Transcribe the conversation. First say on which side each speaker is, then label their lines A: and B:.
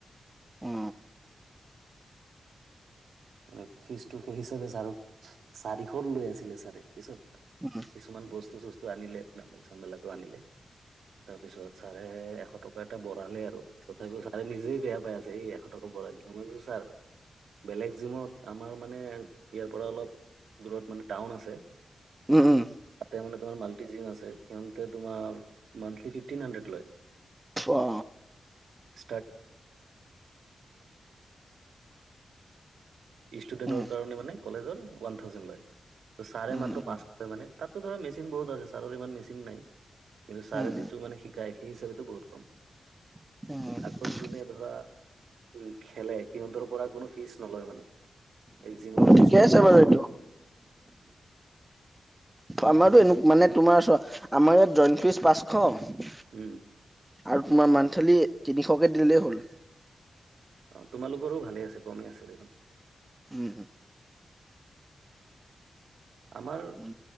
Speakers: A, on the right; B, on the right.
A: উম অ
B: মানে ফিজটো সেই হিচাপে ছাৰ চাৰিশ লৈ আছিলে ছাৰে পিছত
A: উম
B: কিছুমান বস্তু চস্তু আনিলে ডাম্বেল চাম্বেল আনিলে তাৰপিছত ছাৰে এশ টকা এটা বঢ়ালে আৰু তথাপিও ছাৰে নিজেই বেয়া পাই আছে এই এশ টকা বঢ়াই দিব মই কৈছোঁ ছাৰ বেলেগ জিমত আমাৰ মানে ইয়াৰ পৰা অলপ দূৰত মানে টাউন আছে।
A: উম উম।
B: তাতে মানে মাল্টি জিম আছে সিহঁতে তোমাৰ মান্থলি ফিফটিন সান্দেৰেদ লয়
A: অ
B: <inaudible> ষ্টুডেন্টৰ
A: উম
B: কাৰণে মানে কলেজৰ ওৱান থাউজেণ্ড লয় ছাৰে
A: উম
B: মাত্ৰ পাঁচ
A: উম
B: কে মানে তাততো ধৰা মেচিন বহুত আছে ছাৰৰ ইমান মেচিন নাই কিন্তু ছাৰে
A: উম
B: যিটো
A: উম
B: মানে শিকায় সেই হিচাপো বহুত কম
A: <inaudible>
B: আকৌ যোনে উম খেলে সিহঁতৰ পৰা কোনো ফিচ নলয় মানে জিমৰ ফিচটোয়ে
A: ঠিকে আছে
B: মানে
A: বাৰু এইটো
B: কোনো
A: আমাৰো এনে মানে তোমাৰ ও আমাৰ ইয়াত জইণ্ট ফিজ পাঁচশ
B: উম
A: আৰু তোমাৰ মান্থলি তিনিশকে দিলেই হ'ল
B: অ তোমালোকৰো ভালে আছে কমেই আছে দেখোন
A: উম
B: আমাৰ
A: উম,